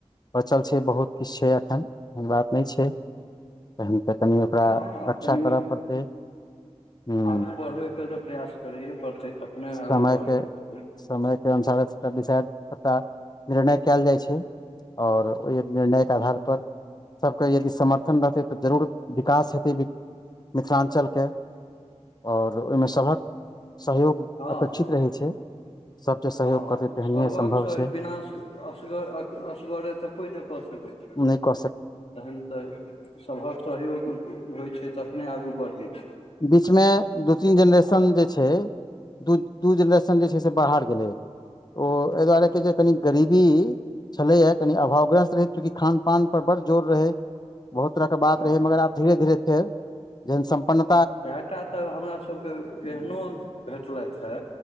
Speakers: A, on the left (about 35°); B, on the left (about 60°).
A: बचल छै बहुत किछु छै एखन एहन बात नहि छै कहि तऽ कहि ओकरा
B: हँ
A: रक्षा
B: कनियो
A: करय पड़तै हूँ
B: आगू बढ़बे के तऽ प्रयास करैये पड़तै तखने
A: समयके
B: आगू बढ़तै
A: समयके अनुसार डिसाइड सभटा निर्णय कैल जाइत छै आओर ओहि निर्णयके आधारपर सब कहै यदि समर्थन रहतै तऽ जरूर विकास हेतै मिथिलांचल के आओर ओहिमे सभक सहयोग
B: हँ
A: अपेक्षित
B: हँ
A: रहै छै सब जे सहयोग
B: हँ
A: करतै तेहनिये
B: सबक
A: सम्भव छै
B: बिना असगर असगरे तऽ कोइ नहि कऽ सकैत छै
A: नहि कह
B: तहन तऽ सभक सहयोग होइ छै तखने आगू बढ़ैत छै
A: बीचमे दू तीन जेनरेशन
B: आ
A: जे छै दू दू जेनरेशन जे छै से बाहर गेलै ओ एहि दुआरे के जे कनी गरीबी छलया कनी अभावग्रस्त रहित चूँकि खान पान पर बड़ जोर रहै बहुत तरह के
B: हँ
A: बात रहै मगर आब धीरे धीरे फेर जहन सम्पन्
B: कए टा तऽ हमरा सबके एहनो भेटलै हँ